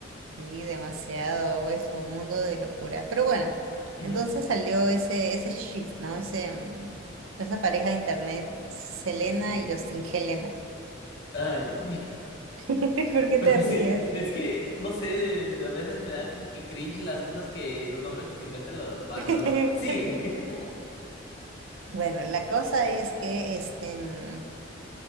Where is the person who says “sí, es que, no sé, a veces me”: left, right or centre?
Left